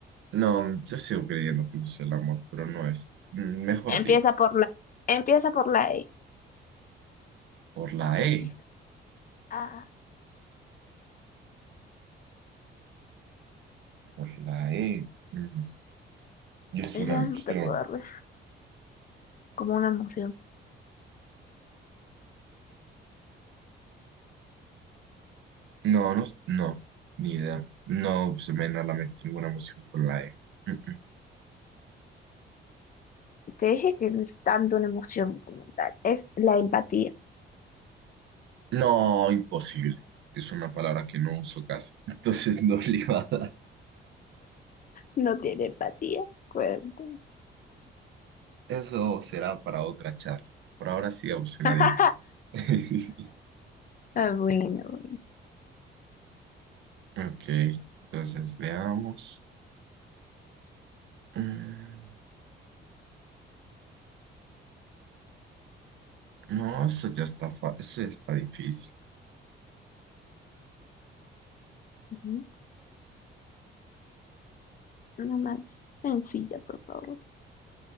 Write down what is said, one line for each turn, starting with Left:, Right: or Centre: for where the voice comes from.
Right: No, yo sigo creyendo que eso es el amor, pero no es. Mm, Mejor
Left: Empieza
Right: dime,
Left: por la. Empieza por la E.
Right: por la
Left: Listo.
Right: E,
Left: Ah,
Right: por la E. mm, y es
Left: ya
Right: una emoción.
Left: no te puedo darle como una emoción.
Right: No, no, no, ni idea. No se me viene a la mente ninguna emoción con la E. Mm, mm.
Left: Te dije que no es tanto una emoción como tal. Es la empatía.
Right: No, imposible. Es una palabra que no uso casi. <laughs> Entonces no le iba a dar.
Left: No tiene empatía. Cuenten.
Right: Eso será para otra charla. Por ahora sigamos en
Left: <laughs>
Right: la adivinanza. <laughs>
Left: Ah, bueno, bueno.
Right: Ok, entonces veamos. Mm, No, esto ya está, fa- esto ya está difícil.
Left: ujú. Una más sencilla, por favor.